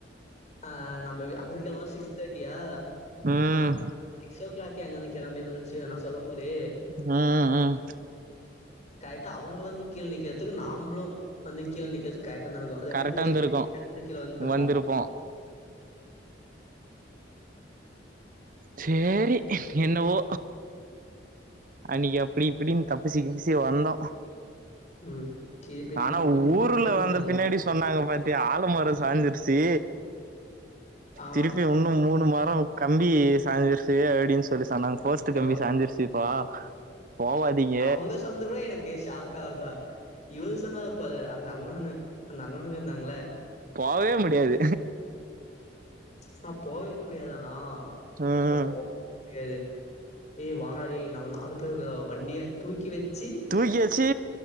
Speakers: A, on the left; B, on the right.
A: அ நம்ப்ளுது அங்கருக்கு கெளம்பும் போது சிக்ஸ் தேட்டியா
B: ம்
A: நா சிக்ஸ் ஓ கிளாக் அங்கருந்து கெளம்பியிருந்தோ வெச்சுகோ நா சொல்லும் போது
B: ம் ம் ம்
A: கரெக்ட்டா அவுங்க வந்து கீழ நிக்கிறதுக்கு நாம்ளு வந்து கீழ நிக்கிறதுக்கு கரெக்டா நடக்கு ரெண்டுக்கும்
B: கரெக்டா
A: ஒரே
B: இருந்திருக்கு
A: டைம் மேலருந்து கிழ வந்ட்டுப்போ
B: வந்திருப்போ சேரி என்னவோ அன்னைக்கி அப்டி இப்டின் தப்பிச்சி கிப்பிச்சி வந்தோ
A: ம். திருப்பிலாம்
B: ஆனா
A: அப்படி போய் மாட்டவே
B: ஊருல
A: கூடாதும்மா.
B: வந்த பின்னாடி சொன்னாங்க பாத்தி ஆழ மரோ சாஞ்சிருச்சி
A: ஆ
B: திருப்பியு உன்னு மூணு மரோ கம்பி சாய்சிருச்சி அப்டின் சொல்லி சொன்னாங்க போஸ்டு
A: யப்பா!
B: கம்பி சாஞ்சுருச்சுப்பா போவாதீக
A: அவங்க சொன்னது கூட எனக்கு ஷாக் ஆல்ட்றா இவரு சொன்னாருப்பாரு அந்த அண்ணனு அந்த அண்ணனுக இருந்தாங்கல்ல
B: போவே முடியாது
A: அண்ணா போவே முடியாதாணா இல்லப்ப
B: ம்
A: போ எது ஏ வாரே நம்ம நாலு பேரு இருக்குறோ வண்டிய தூக்கி வெச்சி
B: தூக்கி வெச்சி